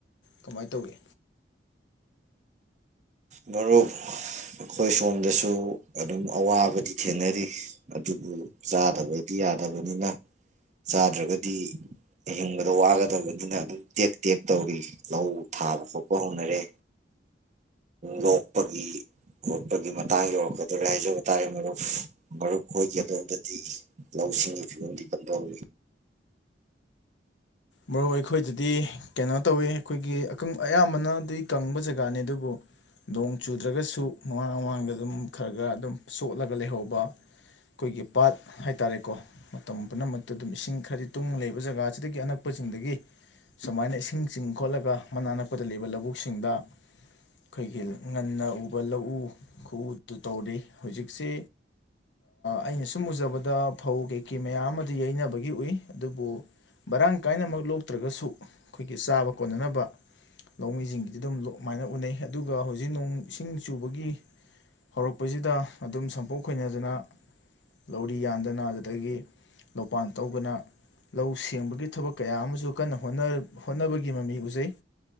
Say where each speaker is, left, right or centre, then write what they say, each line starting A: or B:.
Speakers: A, on the left; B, on the right.
A: ꯀꯃꯥꯏꯅ ꯇꯧꯏ
B: ꯃꯔꯨꯞ ꯑꯩꯈꯣꯏ ꯁꯣꯝꯗꯁꯨ ꯑꯗꯨꯝ ꯑꯋꯥꯕꯗꯤ ꯊꯦꯡꯅꯔꯤ ꯑꯗꯨꯕꯨ ꯆꯥꯗꯕꯗꯤ ꯌꯥꯗꯕꯅꯤꯅ ꯆꯥꯗ꯭ꯔꯒꯗꯤ ꯑꯍꯤꯡꯕꯗ ꯋꯥꯒꯗꯕꯅꯤꯅ ꯑꯗꯨꯝ ꯇꯦꯛ ꯇꯦꯛ ꯇꯧꯔꯤ ꯂꯧ ꯊꯥꯕ ꯈꯣꯠꯄ ꯍꯧꯅꯔꯦ ꯂꯣꯛꯄꯒꯤ ꯈꯣꯠꯄꯒꯤ ꯃꯇꯥꯡ ꯌꯧꯔꯛꯀꯗꯧꯔꯦ ꯍꯥꯏꯖꯕ ꯇꯥꯔꯦ ꯃꯔꯨꯞ ꯃꯔꯨꯞ ꯈꯣꯏꯒꯤ ꯑꯗꯣꯝꯗꯗꯤ ꯂꯧꯁꯤꯡꯒꯤ ꯐꯤꯕꯝꯗꯤ ꯀꯝꯗꯧꯔꯤ
A: ꯃꯔꯨꯞ ꯑꯩꯈꯣꯏꯗꯗꯤ ꯀꯩꯅꯣ ꯇꯧꯋꯦ ꯑꯩꯈꯣꯏꯒꯤ ꯑ ꯑꯌꯥꯝꯕꯅꯗꯤ ꯀꯪꯕ ꯖꯒꯥꯅꯤ ꯑꯗꯨꯕꯨ ꯅꯣꯡ ꯆꯨꯗ꯭ꯔꯒꯁꯨ ꯃꯃꯥꯡ ꯃꯃꯥꯡꯗ ꯑꯗꯨꯝ ꯈꯔ ꯈꯔ ꯑꯗꯨꯝ ꯆꯣꯠꯂꯒ ꯂꯩꯍꯧꯕ ꯈꯣꯏꯒꯤ ꯄꯥꯠ ꯍꯥꯏꯇꯥꯔꯦꯀꯣ ꯃꯇꯝ ꯄꯨꯝꯅꯃꯛꯇ ꯑꯗꯨꯝ ꯏꯁꯤꯡ ꯈꯔꯗꯤ ꯇꯨꯡ ꯂꯩꯕ ꯖꯒꯥꯁꯤꯗꯒꯤ ꯑꯅꯛ ꯄꯄ ꯁꯤꯡꯗꯒꯤ ꯁꯨꯃꯥꯏꯅ ꯏꯁꯤꯡ ꯆꯤꯡ ꯈꯣꯠꯂꯒ ꯃꯅꯥꯛ ꯅꯛꯄꯗ ꯂꯩꯕ ꯂꯧꯕꯨꯛꯁꯤꯡꯗ ꯑꯩꯈꯣꯏꯒꯤ ꯉꯟꯅ ꯎꯕ ꯂꯧꯎ ꯈꯨꯎꯗꯨ ꯇꯧꯔꯤ ꯍꯧꯖꯤꯛꯁꯤ ꯑꯩꯅ ꯁꯨꯝ ꯎꯖꯕꯗ ꯐꯧ ꯀꯩꯀꯩ ꯃꯌꯥꯝ ꯑꯃꯗꯤ ꯌꯩꯅꯕꯒꯤ ꯎꯏ ꯑꯗꯨꯕꯨ ꯃꯔꯥꯡ ꯀꯥꯏꯅꯃꯛ ꯂꯣꯛꯇ꯭ꯔꯒꯁꯨ ꯑꯩꯈꯣꯏꯒꯤ ꯆꯥꯕ ꯀꯣꯟꯅꯅꯕ ꯂꯧꯃꯤꯁꯤꯡꯒꯤꯗꯤ ꯑꯗꯨꯝꯃꯥꯏꯅ ꯎꯅꯩ ꯑꯗꯨꯒ ꯍꯧꯖꯤꯛ ꯅꯣꯡ ꯏꯁꯤꯡ ꯆꯨꯕꯒꯤ ꯍꯧꯔꯛꯄꯁꯤꯗ ꯑꯗꯨꯝ ꯁꯝꯄꯣꯛ ꯈꯣꯏꯅꯗꯅ ꯂꯧꯔꯤ ꯌꯥꯟꯗꯅ ꯑꯗꯨꯗꯒꯤ ꯂꯧꯄꯥꯟ ꯇꯧꯗꯅ ꯂꯧ ꯁꯦꯡꯕꯒꯤ ꯊꯕꯛ ꯀꯌꯥꯃꯁꯨ ꯀꯟꯅ ꯍꯣꯠꯅ ꯍꯣꯠꯅꯕꯒꯤ ꯃꯃꯤ ꯎꯖꯩ